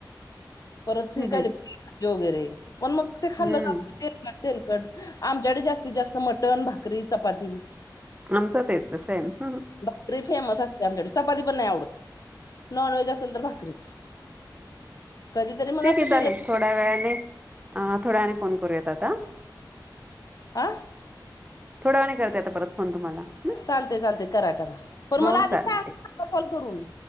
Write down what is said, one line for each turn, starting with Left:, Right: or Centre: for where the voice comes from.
Left: परत <unintelligible>
Right: हम्म हम्म
Left: योगरे. पण मग ते खाल्लं
Right: हम्म.
Left: जात तेलकट तेलकट. आमच्याकडे जास्ती जास्त मटण, भाकरी, चपाती.
Right: आमचं तेच सेम ह
Left: भाकरी फेमस असते आमच्याकडे चपाती पण नाही आवडत. नॉन व्हेज असेल तर भाकरीच. कधीतरी मग
Right: ठीक
Left: असं
Right: आहे चालेल
Left: बिर्याणी
Right: थोड्या वेळाने थोड्याने फोन करूयात आता
Left: आह
Right: थोडा वेळाने करते आता परत. फोन तुम्हाला. हं?
Left: चालते चालते करा करा पण
Right: हो
Left: मला आधी
Right: चालेल
Left: सांगा
Right: ठीक.
Left: कॉल करून